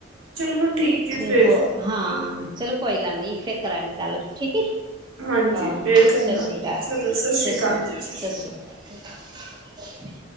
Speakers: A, on the right; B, on the right.
A: ਚਲੋ ਠੀਕ ਹੈ
B: ਚੱਲ
A: ਫਿਰ
B: ਹੋਰ ਹਾਂ ਚਲੋ ਕੋਈ ਗੱਲ ਨੀ ਫੇਰ ਕਰਾਂਗੀ ਗੱਲ ਠੀਕ ਹੈ
A: ਹਾਂਜੀ
B: ਹਾਂ
A: ਫਿਰ
B: ਸਤਿ
A: ਕਰਨਾ
B: ਸ਼੍ਰੀ
A: ਫੋਨ
B: ਅਕਾਲ
A: ਚਲੋ
B: ਸਤਿ ਸ਼੍ਰੀ ਅਕਾਲ
A: ਜੀ
B: ਸਤਿ ਸ਼੍ਰੀ
A: ਅਕਾਲ
B: ਅਕਾਲ